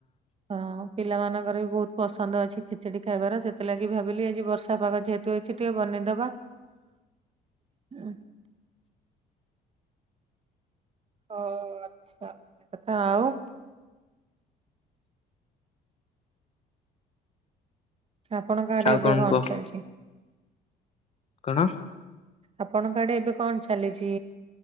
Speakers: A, on the right (about 35°); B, on the left (about 40°).
A: ହଁ ପିଲାମାନଙ୍କର ବି ବହୁତ୍ ପସନ୍ଦ ଅଛି ଖେଚେଡି ଖାଇବାର ସେଥିଲାଗି ଭାବିଲି ଆଜି ବର୍ଷା ପାଗ ଯେହେତୁ ତୁ ଅଛି ଟିକିଏ ବନେଇଦବା।
B: <inaudible>
A: <inaudible> ହଉ ଆଚ୍ଛା କଥା ଆଉ ଆପଣଙ୍କ ଆଡେ
B: ଆଉ
A: ଏବେ କଣ
B: କୁହ?
A: ଚାଲିଚି?
B: କଣ?
A: ଆପଣଙ୍କ ଆଡେ ଏବେ କଣ ଚାଲିଚ?